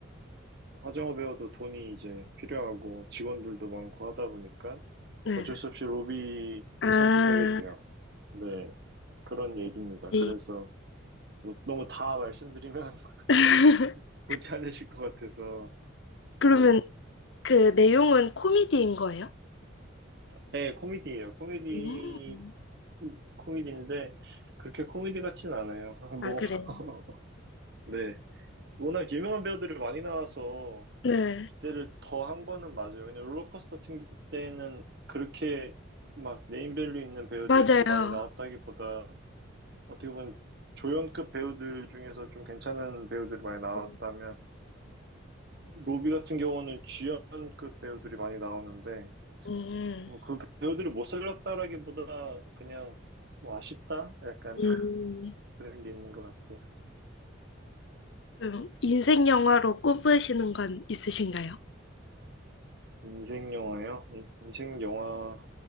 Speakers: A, on the right (about 55°); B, on the left (about 60°).
A: 화정어 배우도 돈이 이제 필요하고 직원들도 많고 하다 보니까
B: 네.
A: 어쩔 수 없이 로비를
B: 아,
A: 선택하게 돼요. 네, 그런 얘기입니다.
B: 그렇지.
A: 그래서 뭐 너무 다 말씀드리면 <laughs>
B: <laughs>
A: 보지 않으실 것 같아서
B: 그러면
A: 네,
B: 그 내용은 코미디인 거예요?
A: 네, 코미디예요. 코미디
B: 음,
A: 코미디인데 그렇게 코미디 같진 않아요. <laughs>
B: 아,
A: 뭐
B: 그래
A: <laughs> 네, 워낙 유명한 배우들이 많이 나와서
B: 네,
A: 때를 더 한 거는 맞아요. 왜냐 롤러코스터 같은 때는 그렇게 막 네임밸류 있는 배우들이
B: 맞아요.
A: 많이 나왔다기보다 어떻게 보면 조연급 배우들 중에서 좀 괜찮은 배우들이 많이 나왔다면
B: 음,
A: 로비 같은 경우는 주연급 배우들이 많이 나오는데
B: 음,
A: 뭐 그 배우들을 못 살렸다라기보다 그냥 좀 아쉽다? 약간
B: 음.
A: <laughs>
B: 음.
A: 그런 게 있는 것 같아요.
B: 그럼 인생 영화로 꼽으시는 건 있으신가요?
A: 인생 영화요? 인생 영화